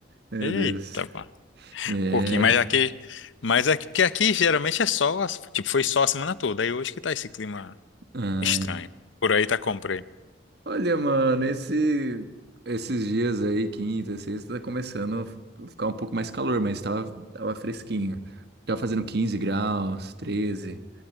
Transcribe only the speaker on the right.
Meu
Deus.
É.
ah,
Olha, mano, esse, esses dias aí, quinta, sexta, tá começando a ficar um pouco mais calor, mas tava, tava fresquinho. Tava fazendo 15 graus, 13,